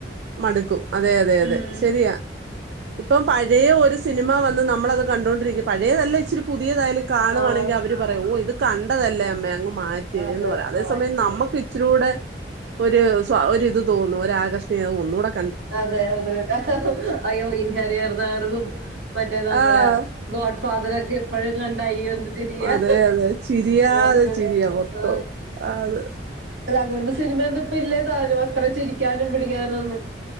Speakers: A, on the right; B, on the right.
A: മടുക്കും അതെ അതെ അതെ
B: ഉം
A: ശരിയാ ഇപ്പൊ പയെ ഒരേ ഒരു സിനിമ വന്ന് നമ്മളത് കണ്ടുകൊണ്ടിരിക്ക പഴയതല്ലേ ഇച്ചിരി പുതിയതായാലും കാണുവാണെങ്കിൽ
B: ആഹ്
A: അവര് പറയാം ഓ ഇത് കണ്ടതല്ലേ അമ്മേ അ മാറ്റ്
B: അതെ
A: എന്ന് പറയും അതേ
B: വാച്ച്
A: സമയം നമുക്ക് ഇച്ചിരിയൂടെ ഒരു ഒരിത് തോന്നു ഒരാകർഷണം <unintelligible> ഒന്നൂടെ
B: അതെ അത അയ്യോ ഇൻ ഹരിഹർ നഗറും മറ്റേ നമ്മുടെ
A: ആഹ്
B: ഗോഡ് ഫാദറ് ഒക്കെ എപ്പഴും കണ്ട അയ്യോ എന്ത് ചിരിയാ
A: അതെ അതെ ചിരിയാതെ
B: ഓർത്ത്
A: ചിരിയാ മൊത്തം
B: ആ
A: ആന്ന്
B: അല്ല അങ്ങനത്തെ സിനിമയൊന്നും ഇപ്പ ഇല്ലേതാനും അത്ര ചിരിക്കാനും പിടിക്കാനോന്നും